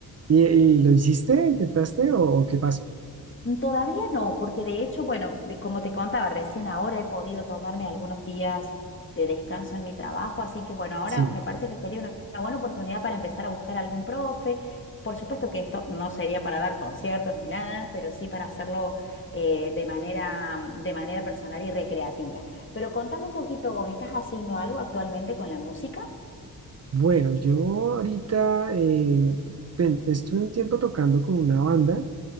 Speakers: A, on the right; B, on the left.
A: ¿Y, y lo hiciste? ¿Intentaste o, o qué pasó?
B: Mm, Todavía no, porque de hecho, bueno, de- como te contaba, recién ahora he podido tomarme algunos días de descanso en mi trabajo, así que bueno, ahora
A: Sí.
B: me parece que sería una, una buena oportunidad para empezar a buscar algún profe. Por supuesto que esto no sería para dar conciertos ni nada, pero sí para hacerlo eh, de manera, de manera personal y recreativa. Pero contame un poquito, ¿vos estás haciendo algo actualmente con la música?
A: Bueno, yo ahorita eh, pen- estuve un tiempo tocando con una banda.